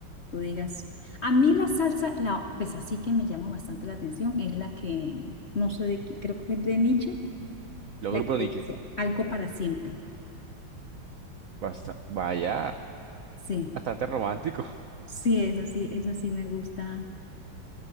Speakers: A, on the left; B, on the right.
A: tú digas? A mí la salsa, la, pues así que me llama bastante la atención, es la que, no sé de qué, creo que es de Nietzsche.
B: Los
A: La
B: grupos
A: experiencia
B: Niche.
A: algo para siempre.
B: Basta, vaya,
A: Sí,
B: bastante romántico. <laughs>
A: sí, es así, es así, me gusta.